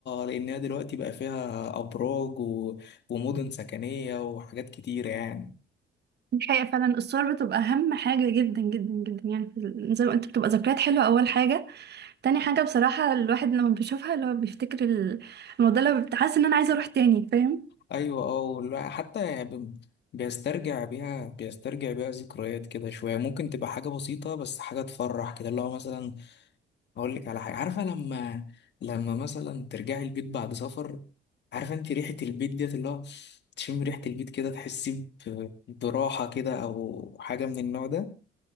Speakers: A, on the left; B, on the right.
A: لانها دلوقتي بقى فيها ابراج و... ومدن سكنيه وحاجات كتيره يعني
B: الحقيقة فعلا الصور بتبقى أهم حاجة جدا جدا جدا يعني في ال- زي ما قلت بتبقى ذكريات حلوة أول حاجة تاني حاجة بصراحة الواحد لما بيشوفها اللي هو بيفتكر ال- الموضوع اللي بتحس إن أنا عايزة أروح تاني فاهم
A: ايوه اه والواحد حتى يعني بي- بيسترجع بيها بيسترجع بيها ذكريات كده شويه ممكن تبقى حاجه بسيطه بس حاجه تفرح كده اللي هو مثلا اقول لك على حاجه عارفه لما لما مثلا ترجعي البيت بعد سفر عارفه انت ريحه البيت ديت اللي هو تشم ريحه البيت كده تحسي ب- براحه كده او حاجه من النوع ده